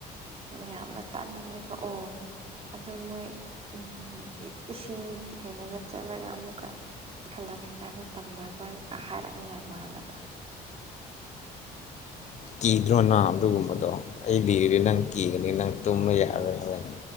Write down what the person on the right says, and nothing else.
ꯌꯥꯝꯅ ꯇꯥꯅꯤꯡꯉꯦꯕ ꯑꯣ ꯑꯗ ꯃꯣꯏ ꯎ ꯏꯁꯤꯡ ꯀꯩꯅꯣꯗ ꯆꯠꯂꯒ ꯑꯃꯨꯛꯀ ꯍꯜꯂꯛꯄ ꯀꯅ ꯇꯝꯅꯔꯣꯏꯒ ꯍꯥꯏꯔꯛꯅꯤꯉꯥꯏ ꯃꯥꯜꯂꯒ